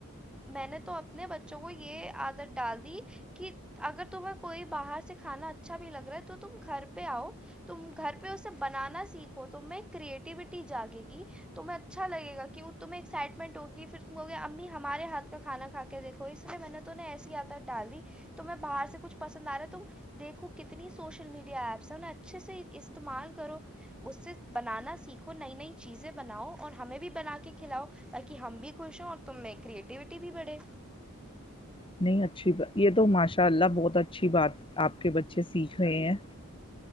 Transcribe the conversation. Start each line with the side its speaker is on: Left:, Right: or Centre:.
Centre: میں نے تو اپنے بچوں کو یہ عادت ڈال دی کہ اگر تمہیں کوئی باہر سے کھانا اچھا بھی لگ رہا ہے تو تم گھر پہ آؤ تم گھر پہ اسے بنانا سیکھو تم کریٹیوٹی جاگے گی تمہیں اچھا لگےا کہ تمہیں ایکسائٹمنٹ ہوگی پھر تے امی ہمارے ہاتھ کا کھانا کھا کے دیکھو اس لیے میں نے تو انہیں ایسی عادت ڈال دی تو میں باہر سے کچھ پسند آ رہا ہے تم دیکھو کتنی سوشل میڈیا ایپس ہیں ا انہیں اچھے سے استعمال کرو اس سے بنانا سیکھو نئی نئی چیزیں بناؤ اور ہمیں بھی بنا کے کھلاؤ تاکہ ہم بھی خوش ہوں اور تم میں کریٹوٹی بھی بڑے
Left: نہیں اچھی ب یہ تو ماشاء اللہ بہت اچھی بات آپ کے بچے سیکھ رہے ہیں